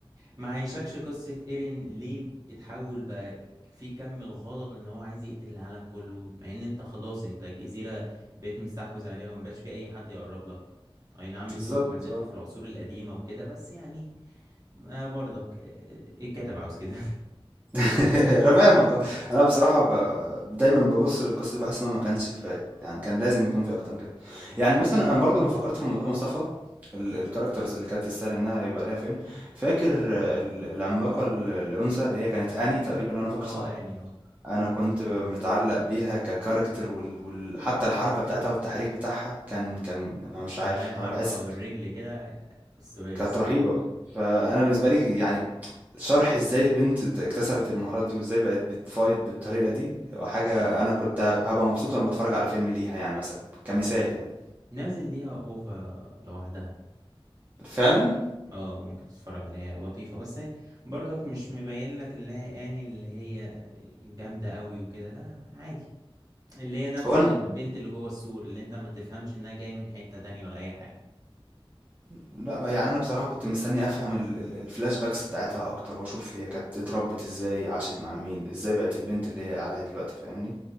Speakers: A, on the right; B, on the right.
A: ما عيشكش قصة ايرين ليه اتحول بقى في كم الغضب ان هو عايز يقتل العالم كله مع ان انت خلاص انت الجزيرة بقيت مستحوذ عليها ومبقاش في اي حد يقرب لك اي نعم
B: بالضبط
A: انتوا ما زلتوا
B: آه.
A: في العصور القديمة وكده بس يعني آه برضك آه، الكاتب عاوز كده
B: <laughs> أنا فاهمك آه. أنا بصراحة ب دايمًا بابُص للقصة دي باحس إن هو ما كانش كفاية، يعني كان لازم يكون في أكتر من كده. يعني مثلًا أنا برضه لمّا فكّرت في موضوع مصطفى ال الcharacters اللي كانت تستاهل إنها يبقى ليها فيلم، فاكر آه، ال العملاقة ال الأنثى اللي هي كانت أني تقريبًا لو أنا فاكر
A: اه
B: صح؟
A: اني اه
B: أنا كنت متعلّق بيها كcharacter وال وال حتى الحركة بتاعتها والتحريك بتاعها كان كان أنا مش
A: كان
B: عارف،
A: عليها حركة
B: أنا باحس
A: بالرجل كده أسطورية
B: كانت
A: الصراحة
B: رهيبة، فأنا بالنسبة لي يعني شرح إزاي البنت ت اكتسبت المهارات دي وإزاي بقت بتfight بالطريقة دي، حاجة
A: هو
B: أنا كنت هابقى مبسوط وأنا باتفرّج على فيلم ليها يعني مثلًا، كمثال يعني.
A: نازل ليها اوفا لوحدها
B: فعلًا
A: اه ممكن تتفرج عليها لطيفة بس هي برضك مش مبين لك اللي هي اني اللي هي الجامدة قوي وكده لا عادي اللي هي نفس
B: هو أنا
A: البنت اللي جوه السور اللي انت ما تفهمش انها جاية من حتة تانية ولا اي حاجة
B: إمم. لأ، يعني أنا بصراحة كنت مستني أفهم ال ال الflashbacks بتاعتها أكتر وأشوف هي كانت اتربّت إزاي، عاشت مع مين، إزاي بقت البنت اللي هي عليها دلوقتي، فاهمني؟